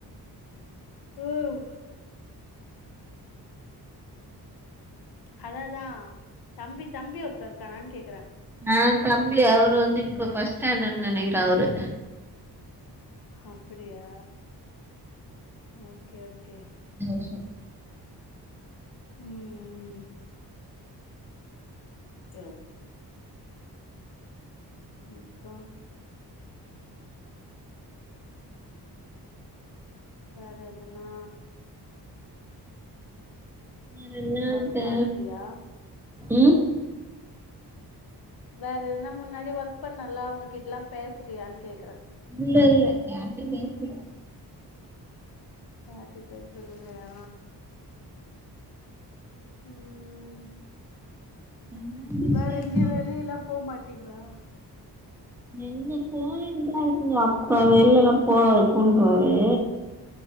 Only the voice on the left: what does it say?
ம் அது அதா தம்பி தம்பி ஒருத்தருக்கானான்னு கேக்குறே
அப்டியா ஓகே ஓகே
ம் ம் ஓகே ஓகே அப்புற வேற எதுனா
ஒர்க்
பாக்குறியா
வேற என்னா முன்னாடி ஒர்க் பண்ணலா அவங்க கிட்ட எல்லா பேசுறியான்னு கேக்குறே
யாருட்டயு பேசுது இல்லயா ம் ம்
வேற
எங்கய வெளி எல்லா போகமாட்டீங்களா